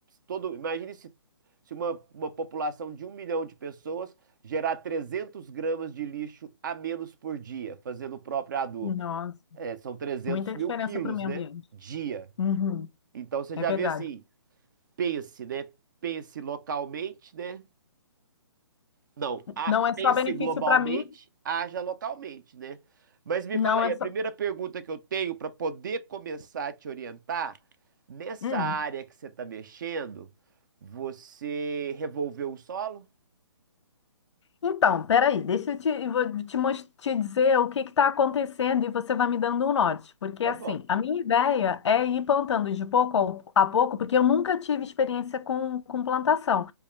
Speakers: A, on the right; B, on the left.
A: todo. Imagine se, se uma, uma população de um milhão de pessoas gerar 300 gramas de lixo a menos por dia, fazendo o próprio adubo.
B: Nossa,
A: É, são 300
B: muita
A: mil
B: diferença
A: quilos,
B: para o meio
A: né?
B: ambiente.
A: Dia.
B: Uhum,
A: Então você
B: é
A: já
B: verdade.
A: vê assim, pense, né? Pense localmente, né? Não, a-
B: Não é
A: pense
B: só benefício
A: globalmente,
B: para mim,
A: haja localmente, né? Mas me
B: não
A: fala aí,
B: é
A: a
B: só.
A: primeira pergunta que eu tenho para poder começar a te orientar, nessa
B: Hum.
A: área que você está mexendo, você revolveu o solo?
B: Então, peraí, deixa eu te, eu vou te, mos- te dizer o que está acontecendo e você vai me dando um norte. Porque,
A: Tá
B: assim,
A: bom.
B: a minha ideia é ir plantando de pouco ao- a pouco, porque eu nunca tive experiência com, com plantação.